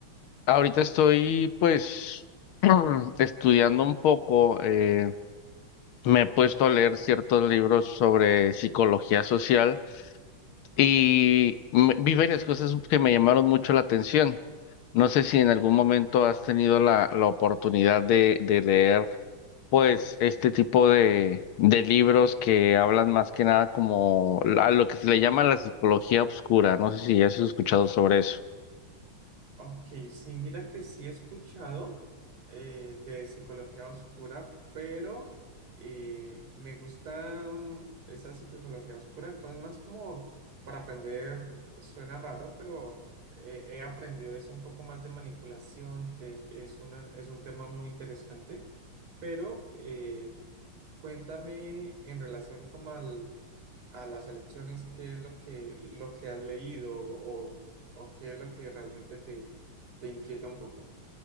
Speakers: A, on the left (about 75°); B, on the right (about 80°).
A: ahorita estoy pues <clears throat> estudiando un poco, eh, me he puesto a leer ciertos libros sobre psicología social Y me- vi varias cosas que me llamaron mucho la atención. No sé si en algún momento has tenido la, la oportunidad de, de leer, pues, este tipo de, de libros que hablan más que nada como a lo que se le llama la psicología oscura. No sé si has escuchado sobre eso.
B: Ok, sí, mira que sí he escuchado eh, de psicología oscura, pero eh, me gusta mm, esa psicología oscura, con más como para aprender, suena raro, pero eh, he aprendido eso un poco más de manipulación, que es una, es un tema muy interesante, pero eh, Cuéntame en relación como al, a las elecciones, qué es lo que, lo que has leído o, o qué es lo que realmente te, te inquieta un poco.